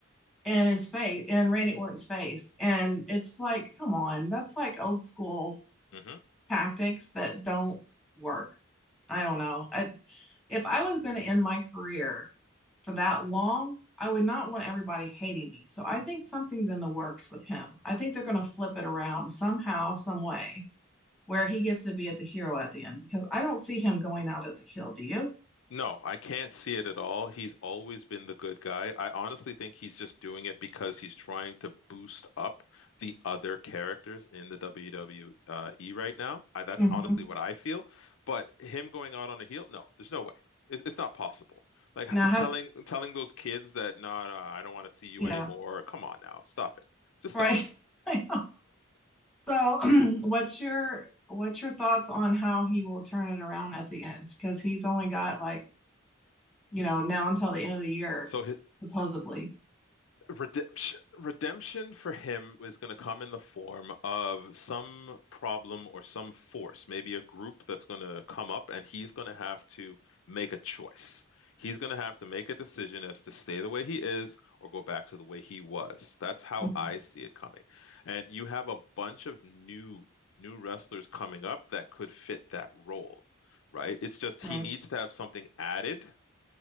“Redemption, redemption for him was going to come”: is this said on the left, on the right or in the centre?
Left